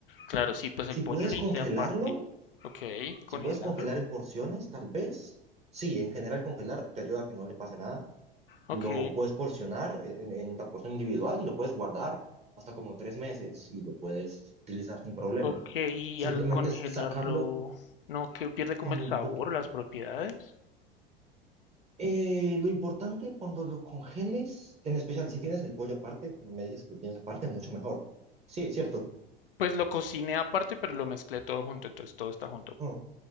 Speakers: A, on the left (about 65°); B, on the right (about 20°).
A: Claro, sí, pues el
B: Si
A: pollo
B: puedes
A: lo hice
B: congelarlo,
A: aparte. Ok, congelarlo.
B: si puedes congelar en porciones, tal vez. Sí, en general congelar te ayuda a que no le pase nada.
A: Ok.
B: lo puedes porcionar en, en la porción individual y lo puedes guardar hasta como tres meses y lo puedes utilizar sin problema.
A: Ok, y
B: Simplemente
A: al congelarlo,
B: es sacarlo
A: no, que pierde como
B: con
A: el
B: un
A: sabor,
B: poquito.
A: las propiedades.
B: Eh, lo importante cuando lo congeles, en especial si tienes el pollo aparte, me dices que lo tienes aparte, mucho mejor. Sí, es cierto.
A: Pues lo cociné aparte, pero lo mezclé todo junto, entonces todo está junto.
B: Mm,